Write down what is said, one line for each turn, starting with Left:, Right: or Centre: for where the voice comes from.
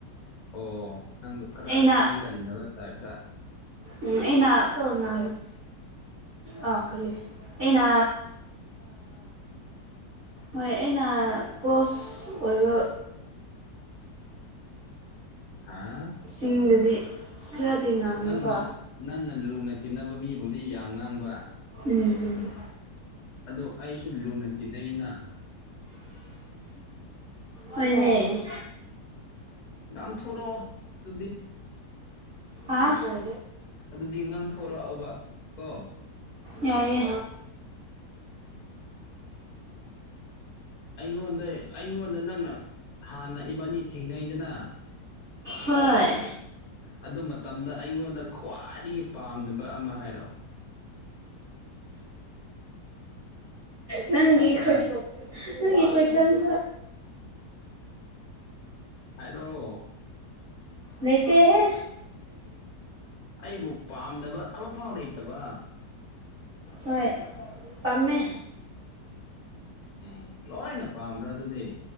Left: ꯑꯣ ꯅꯪꯗꯣ ꯈꯔ
Right: ꯑꯩꯅ
Left: ꯉꯥꯡꯒꯟꯅꯕ ꯇꯥꯏꯞꯇ
Right: ꯎꯝ ꯑꯦꯟꯅ ꯀꯉ
Left: ꯎ
Right: ꯑꯥ ꯀ ꯑꯩꯅ ꯍꯣꯏ ꯑꯩꯅ ꯀꯣꯁ ꯑꯣꯏꯕ
Left: ꯍꯥꯥ
Right: ꯁꯤꯡꯗꯗꯤ ꯈꯔꯗꯤ ꯉꯥꯡꯉꯦꯀꯣ
Left: ꯅꯪꯅ ꯅꯪꯅ ꯂꯨꯅ ꯇꯤꯟꯅꯕ ꯃꯤꯕꯨꯗꯤ ꯌꯥꯝ ꯉꯥꯡꯕ
Right: ꯎꯝ ꯎꯝ
Left: ꯑꯗꯣ ꯑꯩꯁꯨ ꯂꯨꯅ ꯇꯤꯟꯅꯩꯅ
Right: ꯍꯅꯦ
Left: ꯉꯥꯡꯊꯣꯔꯛꯑꯣ ꯑꯗꯨꯗꯤ
Right: ꯑꯦ
Left: ꯑꯗꯨꯗꯤ ꯉꯥꯡꯊꯣꯔꯛꯑꯣꯕ ꯀꯣ
Right: ꯌꯥꯏꯦ
Left: ꯑꯩꯉꯣꯟꯗ ꯑꯩꯉꯣꯟꯗ ꯅꯪꯅ ꯍꯥꯟꯅ ꯏꯕꯥꯅꯤ ꯊꯦꯡꯅꯩꯗꯅ
Right: ꯍꯣꯏ
Left: ꯑꯗꯨ ꯃꯇꯝꯗ ꯑꯩꯉꯣꯟꯗ ꯈ꯭ꯋꯥꯏꯗꯒꯤ ꯄꯥꯝꯅꯕ ꯑꯃ ꯍꯥꯏꯔꯣ
Right: ꯅꯪꯒꯤꯈꯣꯏ
Left: ꯍꯥꯏꯔꯣ ꯍꯥꯏ
Right: ꯅꯪ ꯀ꯭ꯣꯏꯟꯁꯨ <unintelligible>
Left: ꯍꯥꯏꯥꯏꯗꯣ
Right: ꯅꯠꯇꯍ
Left: ꯑꯩꯕꯨ ꯄꯥꯝꯗꯕ ꯑꯃꯐꯥꯎ ꯂꯩꯇꯕ
Right: ꯍꯣꯏ ꯄꯥꯝꯃꯦ
Left: ꯎꯝ ꯂꯣꯏꯅ ꯄꯥꯝꯕ꯭ꯔꯥ ꯑꯗꯨꯗꯤ